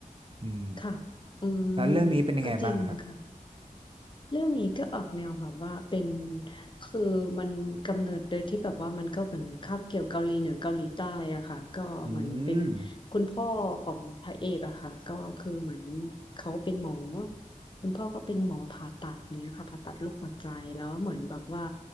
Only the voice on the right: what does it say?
อืม
แล้วเรื่องนี้เป็นยังไงบ้างนะครับ
อืม